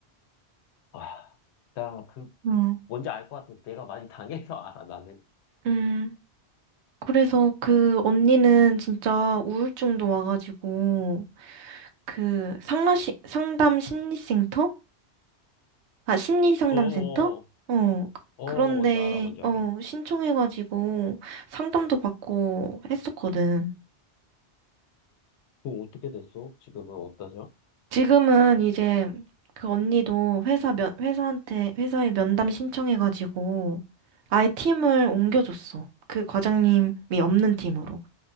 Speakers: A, on the left; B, on the right.
A: 아, 나 그,
B: 응.
A: 뭔지 알 것 같아. 내가 많이 당해서 <laughs> 알아, 나는.
B: 음, 음, 그래서 그 언니는 진짜 우울증도 와가지고 그 상라 시, 상담 심리센터? 아, 심리상담센터?
A: 어, 어,
B: 어, 그-
A: 어,
B: 그런데
A: 뭔지 알아, 뭔지
B: 어,
A: 알아.
B: 신청해가지고 상담도 받고 했었거든.
A: 그거 어떻게 됐어? 지금은 어떠셔?
B: 지금은 이제 그 언니도 회사 면, 회사한테, 회사에 면담 신청해가지고 아예 팀을 옮겨줬어. 그 과장님이 없는 팀으로.